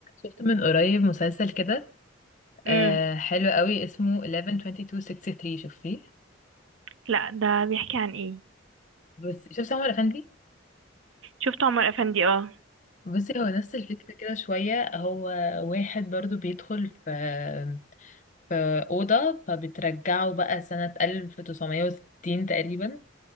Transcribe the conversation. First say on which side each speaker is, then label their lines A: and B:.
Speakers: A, on the left; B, on the right.
A: شفت من قريب مسلسل كده
B: امم
A: آه حلو قوي اسمه 112263 شفتيه
B: لا ده بيحكي عن ايه
A: بس شفت عمر افندي
B: شفت عمر افندي اه
A: بصي هو نفس الفكرة كده شوية هو واحد برضو بيدخل في في أوضة فبترجعه بقى سنة 1960 تقريبا